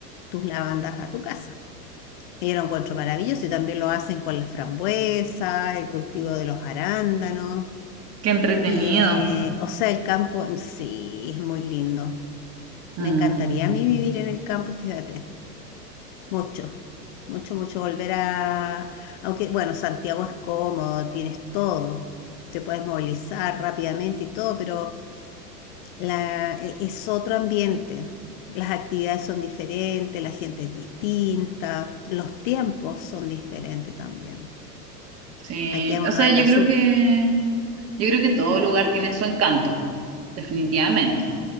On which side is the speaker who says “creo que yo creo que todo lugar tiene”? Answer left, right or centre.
Right